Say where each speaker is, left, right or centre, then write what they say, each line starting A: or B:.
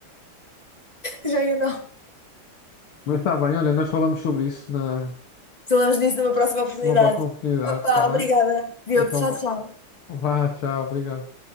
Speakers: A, on the left; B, on the left.
A: Já eu não.
B: Mas está bem, olha, nós falamos sobre isso na,
A: Falamos disso numa próxima oportunidade.
B: numa próxima oportunidade,
A: Opa,
B: está bem?
A: obrigada. Diogo,
B: Então
A: tchau, tchau.
B: vá, vá, tchau, obrigado.